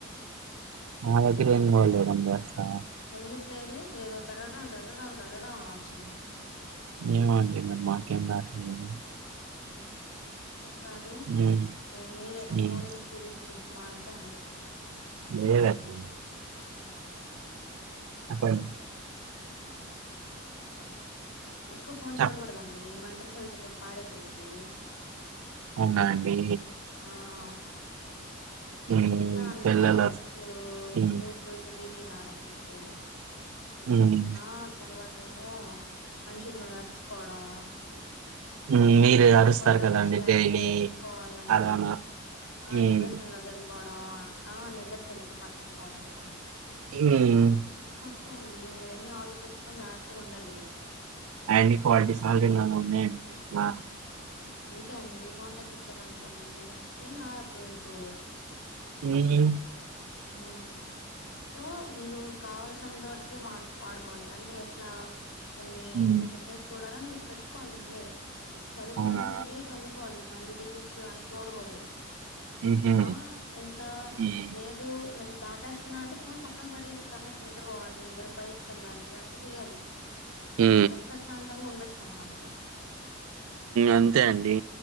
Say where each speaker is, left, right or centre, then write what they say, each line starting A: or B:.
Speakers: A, on the right (about 80°); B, on the left (about 65°).
A: మా దగ్గిరేం బోలేదన్ ఏం జేస్తా
B: ఎందుకు లేదు ఏదో తడడాం టడడాం టడడాం అనొచ్చింది.
A: మేమాగ్యం మరి మాకేం రాట్లేదు
B: మక్ కు రాదు
A: హ్మ్.
B: ఇ మీరే గ
A: హ్మ్.
B: ఫోన్ చూస్తే రీల్ చూస్ మాయత్త అంతే
A: లేదండి
B: అ
A: అప్పడి
B: ఎక్కువ ఫోన్
A: చెప్
B: చూడకూడదండి మంటల్ హెల్త్ గుడ పాడైపోయిద్ది
A: అవునా అండి.
B: ఆ ఉ అండి
A: హ్మ్.
B: ఎట్లా అంటే
A: పిల్లలస్
B: మీరు
A: హ్మ్.
B: వూర్కూర్కె బీపీ రావడం మీకు
A: హ్మ్.
B: ఆ తర్వాత్ ఏమో మన్షుల్ మీదర్చుకోడం
A: హ్మ్. మీరు
B: ఆ కొత్త
A: అరుస్తారు
B: కొత్త
A: కదండీ
B: విషయాలు
A: డైలీ
B: తెలుసుకోవాలని
A: అలానా.
B: ఆ
A: హ్మ్.
B: డిప్రెషన్ లోకెళ్ పోడం ఆ నిదర్ సరిగ్గా పట్టక పోడం
A: మ్మ్మ్మ్
B: త మండి మ ప్పుడయన్ ఆలోచిచ్చుకోన్ జార్తగుండాలి
A: అయన్ని కాల్ జేస్ సహజంగానే ఉన్నాయన్ దిస్లా
B: అందుకే అండీ ఫోన్ తగ్గించారన్ కొన్ని నీ నా <unintelligible>
A: మ్మ్
B: మ్మ్ సో మిరు కావాల్సినంత మటికే మాట్ వాడుకోవాలి అంటే ఎట్లా కొన్ని
A: హ్మ్.
B: ఇంతసేప్ చూడాలని విల్ పెట్టుకోవాలి ముందే ది చదువుకోవాలంటే
A: అవునా?
B: అదే చదువుకోవాలి మళ్ళి ది అని చూడకూడదు
A: హుహు.
B: ఆ ఇంకా
A: హ్మ్.
B: లే కు నేను దాటేస్తున్నా అంటే ఫోన్ పక్కన పడేసి కసేపు నిద్రపోవాలి లేదా బయటకి వెళ్ళాలి అట్లా చేయాలి
A: ఊ
B: అప్పుడు ప్రశాంతంగా ఉండొచ్చు అనమాట మీరు
A: అంతే అండి